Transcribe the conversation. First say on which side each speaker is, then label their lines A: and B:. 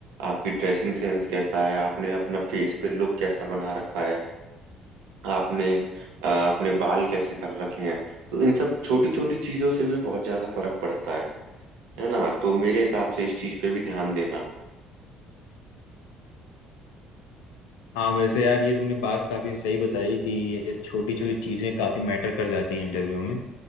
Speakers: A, on the right (about 70°); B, on the left (about 70°).
A: आपकी ड्रेसिंग सेंस कैसा है आपने अपना फेस पे लुक कैसा बना रखा है आपने अ, अपने बाल कैसे कर रखे हैं तो इन सब छोटी छोटी चीजों से भी बहुत ज्यादा फर्क पड़ता है है ना तो मेरे हिसाब से इस चीज पे भी ध्यान देना
B: हाँ वैसे यार ये तुमने बात काफी सही बताई कि ये छोटी छोटी चीजें काफी मैटर कर जाती हैं इंटरव्यू में